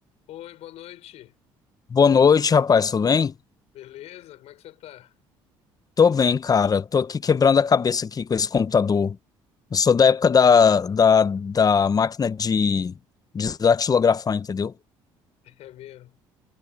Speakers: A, on the left; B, on the left.
A: Oi, boa noite.
B: Boa noite, rapaz, tudo bem?
A: Beleza? Como é que você tá?
B: Tô bem, cara. Tô aqui quebrando a cabeça aqui com esse computador. Eu sou da época da, da, da máquina de, de datilografar, entendeu?
A: <laughs> É mesmo.